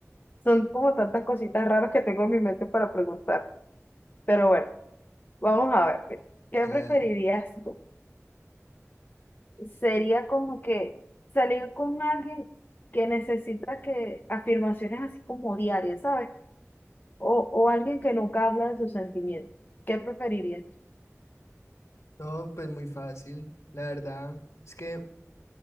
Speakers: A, on the left; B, on the left.
A: son como tantas cositas raras que tengo en mi mente para preguntar. Pero bueno, vamos a ver, mira, ¿qué
B: Dale,
A: preferirías
B: dale.
A: tú? Sería como que salir con alguien que necesita que afirmaciones así como diarias, ¿sabes? O, o alguien que nunca habla de sus sentimientos. ¿Qué preferirías?
B: No, pues muy fácil. La verdad es que